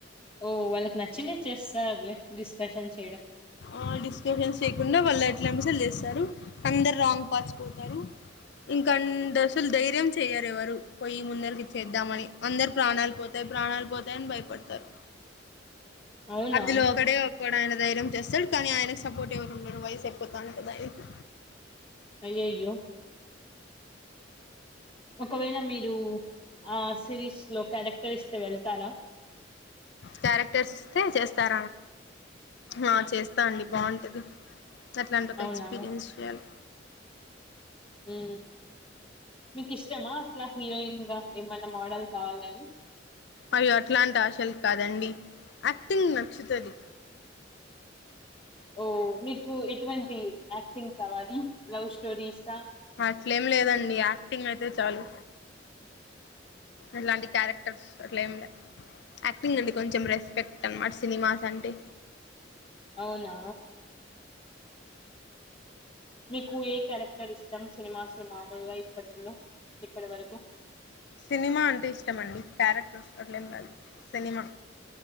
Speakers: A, on the left; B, on the left.
A: ఓ వాళ్ళకి నచ్చిందే చేస్తారులే డిస్కషన్స్
B: ఆ డిస్కషన్స్ చేయకుండా వాళ్ళు ఎట్లా మసలు చేస్తారు అందరు రాంగ్ పాస్పోర్ట ఇంకాంద అసలు ధైర్యం చెయ్యరు ఎవరు పోయి ముందరికి ఇచ్చేద్దామని అందరు ప్రాణాలు పోతాయి ప్రాణాలు పోతాయని భయపడతారు
A: అవునా
B: అందిలో ఒకడే వక్కడాయిన ధైర్యం చేస్తాడు కానీ ఆయనకు సపోర్ట్ ఎవరు ఉండరు వయసు ఎయిపోతా ఉంటది ఆయనకి
A: అయ్యయ్యో ఒకవేళ మీరు ఆ సిరీస్ లో క్యారెక్టర్ ఇస్తే వెళ్తారా
B: క్యారెక్టర్స్ ఇస్తే చేస్తారా ఆ చేస్తా అండి బాగుంటుంది అట్లాంటి ఒక
A: అవునా
B: ఎక్స్పీరియన్స్ చేయాలి
A: ఉమ్ మీకు ఇష్టమా అట్లా హీరోయిన్ గా ఏమైన్నా మోడల్ కావాలని
B: అయ్యో అట్లాంటి ఆశలు కాదండి యాక్టింగ్ నచ్చుతాది
A: ఓ మీకు ఎటువంటి యాక్టింగ్ కావాలి లవ్ స్టోరీస్
B: అట్లేలేదండి యాక్టింగ్ అయితే చాలు అట్లాంటి క్యారెక్టర్స్ అట్ల ఏం లే యాక్టింగ్ అండి కొంచెం రెస్పెక్ట్ అనమాట సినిమాస్ అంటే
A: అవునా మీకు ఏ క్యారెక్టర్ ఇష్టం సినిమాస్లు మామూలుగా ఇప్పట్లో ఇప్పటి వరకు
B: సినిమా అంటే ఇష్టమండి క్యారెక్టర్స్ అట్లేం కాదు సినిమా